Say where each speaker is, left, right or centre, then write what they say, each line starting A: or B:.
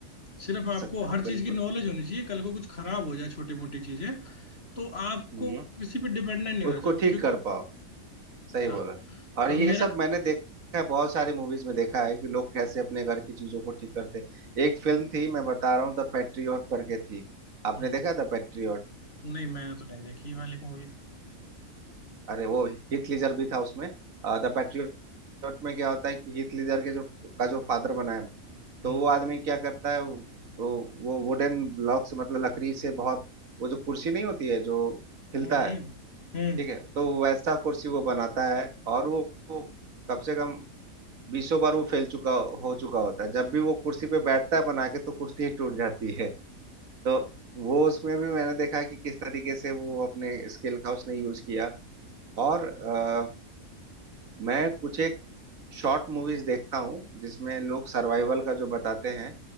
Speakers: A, on the left; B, on the right.
A: सिर्फ आपको
B: सक,
A: हर चीज
B: बिल्कुल
A: की नॉलेज होनी चाहिए कल को कुछ खराब हो जाए छोटी मोटी चीजें तो आपको
B: हम्म
A: किसी पे डिपेंडेंट नहीं होना
B: उसको
A: चाहिए
B: ठीक
A: क्योंकि
B: कर पाओ सही बोला
A: हाँ
B: और
A: और
B: ये
A: मेरा
B: सब मैंने देखा है बहुत सारी मूवीज में देखा है कि लोग कैसे अपने घर की चीजों को ठीक करते हैं। एक फिल्म थी मैं बता रहा हूँ द पैट्रियट करके थी आपने
A: हम्म
B: देखा द पैट्रियट
A: नहीं मैंने तो नहीं देखी ये वाली मूवी
B: अरे वो हीथ लीजर भी था उसमें द पैट्रियट में क्या होता है कि हीथ लीजर के जो का जो फादर बना है
A: हम्म
B: तो वो आदमी क्या करता है वो वो वुडन ब्लॉक से मतलब लकड़ी से बहुत वो जो कुर्सी नहीं होती है जो हिलता
A: हम्म
B: है
A: हम्म,
B: ठीक है तो वैसा कुर्सी वो बनाता है और वो, वो कम से कम बीसों बार वो फैल चुका हो चुका होता है जब भी वो कुर्सी पे बैठता है बना के तो कुर्सी ही टूट जाती है तो वो उसमें भी मैंने देखा कि किस तरीके से वो अपने स्किल का उसने यूज किया और अ, मैं कुछ एक शॉर्ट मूवीज देखता हूँ जिसमें लोग सर्वाइवल का जो बताते हैं